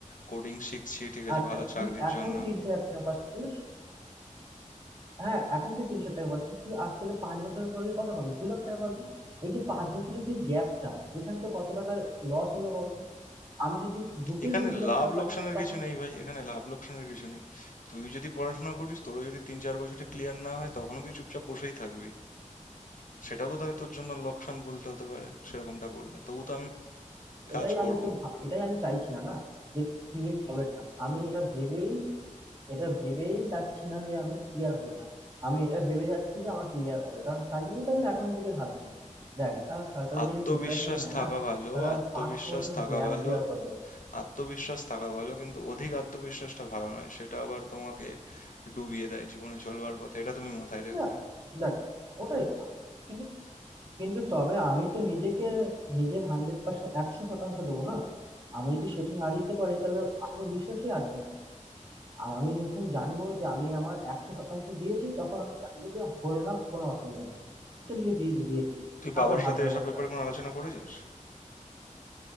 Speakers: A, on the left; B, on the right.
A: কোডিং শিখছি ঠিক আছে
B: আচ্ছা
A: ভালো
B: তুই
A: চাকরির
B: এখন
A: জন্য
B: তিরিশ হাজার টাকা পাচ্ছিস হ্যাঁ এখন তুই তিরিশ হাজার টাকা পাচ্ছিস তুই আজ থেকে পাঁচ বছরের পর গিয়ে কত পাবি দু লাখ টাকা পাবি এই যে পাঁচ বছরের যে গ্যাপটা এখানে তো কত টাকার লস হলো বলতো আমি যদি ঢুকেই
A: এখানে
B: যদি দু লাখ
A: লাভ
B: টাকা পাই
A: লোকসানের
B: তখন
A: কিছু নেই ভাই এখানে লাভ লোকসানের কিছু নেই তুই যদি পড়াশোনা করিস তোরও যদি তিন চার বছরে ক্লিয়ার না হয় তখনও তুই চুপচাপ বসেই থাকবি সেটাও তো তাহলে তোর জন্য লোকসান বলতে হতে পারে সেরকমটা বললে তবু তো আমি কাজ
B: এটাই
A: করব
B: আমি তো ভা- এটাই আমি চাইছি না না যে ক্লিয়ার হবে না আমি এটা ভেবেই এটা ভেবেই যাচ্ছি না যে আমি ক্লিয়ার হবে না আমি এটা ভেবে যাচ্ছি যে আমার ক্লিয়ার হবে কারণ তাই জন্যই তো আমি এখন থেকে ভাবছি দেখ যারা সরকারি
A: আত্মবিশ্বাস
B: চাকরির প্রিপারেশন নেয়
A: থাকা
B: না
A: ভালো,
B: তারা
A: আত্মবিশ্বাস
B: পাঁচ ছ বছর
A: থাকা
B: গ্যাপ
A: ভালো।
B: দেওয়ার পর দেয়
A: আত্মবিশ্বাস থাকা ভালো কিন্তু অধিক আত্মবিশ্বাসটা ভালো নয়। সেটা আবার তোমাকে ডুবিয়ে দেয় জীবনে চলবার পথে। এটা তুমি মাথায় রাখবে।
B: না দেখ ওটাই তো কিন্তু কিন্তু তবে আমি তো নিজেকে নিজের হান্ড্রেড পার্সেন্ট একশো শতাংশ দেবো না আমি যদি সেটা না দিতে পারি তাহলে কোনো বিশ্বাসই আসবে না আর আমি যখন জানবো যে আমি আমার ১০০% দিয়েছি, তখন আমি জানবো যে হলো না, কোনো অসুবিধা নেই। আমি তো নিজে দিয়ে দিয়েছি।
A: তুই
B: তারপরে
A: বাবার
B: ভাগ্যের
A: সাথে এসব
B: উপর
A: ব্যাপারে
B: ছাড়বো।
A: কোনো আলোচনা করেছিস?